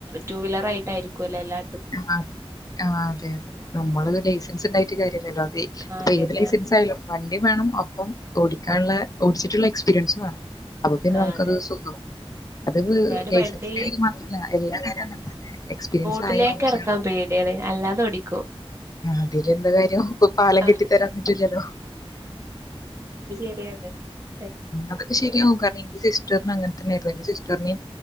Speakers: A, on the right; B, on the left.
A: ടു വീലർ ആയിട്ടായിരിക്കുംല്ലേ എല്ലാരു
B: ആ ആ അതെ അതെ നമ്മള് ഇത് ലൈസൻസ് ഇണ്ടായിട്ട് കാര്യ <unintelligible>
A: കാര്യല്ല
B: ഇപ്പം ഏത് ലൈസൻസ് ആയാലും വണ്ടീം വേണം ഒപ്പം ഓടിക്കാനുള്ള ഓടിച്ചിട്ടുള്ള എക്സ്പീരിയൻസ് വേണം അപ്പൊ പിന്നെ
A: ആ
B: നമുക്കത്
A: അതെ
B: സുഖാവും അത്
A: ഞാന്
B: ലൈസൻസിന്റെ
A: വണ്ടി
B: കാര്യം മാത്രമല്ല എല്ലാ കാര്യവും അങ്ങനെ തന്നെ എക്സ്പീരിയൻസ്
A: ത്തിലേക്ക്
B: ആയ ഓക്കെയാണ്
A: ഇറക്കാൻ പേടിയാണ് അല്ലാതെ ഓടിക്കും.
B: അതില് എന്താ കാര്യം ഇപ്പൊ പാലം
A: അത്
B: കെട്ടി തരാൻ പറ്റൂലല്ലോ
A: <unintelligible>
B: അതൊക്കെ ശരിയാകും
A: ആ
B: കാരണം എനിക്ക് സി സിസ്റ്ററിനും അങ്ങനെ തന്നെയായിരുന്നു എന്റെ സിസ്റ്ററിനേയും